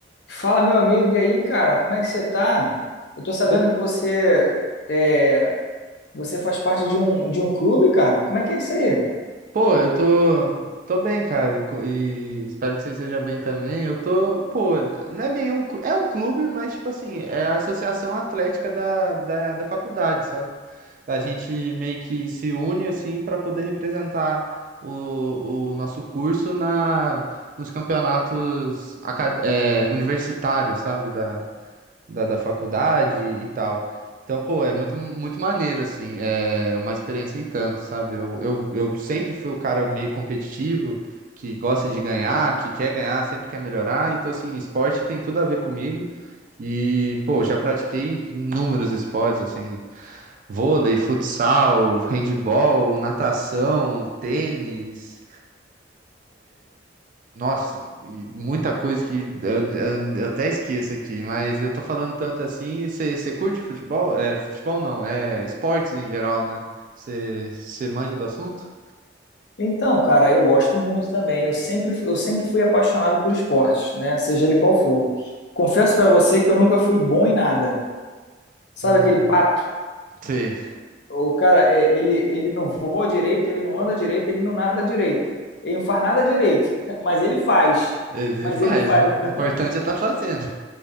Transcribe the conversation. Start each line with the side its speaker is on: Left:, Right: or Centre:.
Left: Fala, meu amigo, e aí, cara, como é que você tá? Eu tô sabendo
Right: Ô,
Left: que você é, você faz parte de um, de um clube, cara. Como é que é isso aí?
Right: Pô, eu tô, tô bem, cara, co- e espero que você esteja bem também. Eu tô, pô, não é meio um, clu- é um clube, mas tipo assim, é a associação atlética da, da, da faculdade, sabe? A gente meio que se une assim para poder representar o, o nosso curso na, nos campeonatos acad- é, universitários, sabe? Da da, da faculdade e tal. Então, pô, é muito, muito maneiro, assim, é uma experiência e tanto, sabe? Eu, eu, eu sempre fui o cara meio competitivo, que gosta de ganhar, que quer ganhar, sempre quer melhorar. Então, assim, esporte tem tudo a ver comigo. E, pô, já pratiquei inúmeros esportes, assim, vôlei, futsal, handball, natação, tênis, nossa, e muita coisa que eu, eu- eu até esqueço aqui, mas eu tô falando tanto assim. Você curte futebol? É, futebol não, é esportes em geral, né? Você manja do assunto?
Left: Então, cara, eu gosto muito também. Eu sempre, eu sempre fui apaixonado por esportes, né? Seja ele qual for. Confesso pra você que eu nunca fui bom em nada. Sabe
Right: Hum,
Left: aquele pato?
Right: sei.
Left: O cara, é, ele, ele não voa direito, ele não anda direito, ele não nada direito. Ele não faz nada direito, <laughs> mas ele faz.
Right: Ele
Left: Mas
Right: faz.
Left: ele faz.
Right: <laughs>
Left: então.
Right: O importante é tá fazendo.